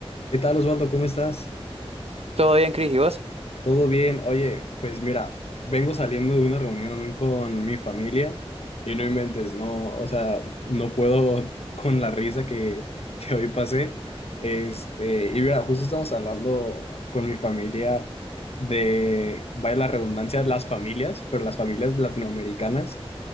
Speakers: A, on the left (about 70°); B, on the right (about 70°).
A: ¿Qué tal, Osvaldo? ¿Cómo estás?
B: Todo bien, Cris, ¿y vos?
A: ¿Todo bien? Oye, pues mira, vengo saliendo de una reunión con mi familia y no inventes, no, o sea, no puedo <laughs> con la risa que, que hoy pasé. Este, y mira, justo estamos hablando con mi familia de, vaya la redundancia, las familias, pero las familias latinoamericanas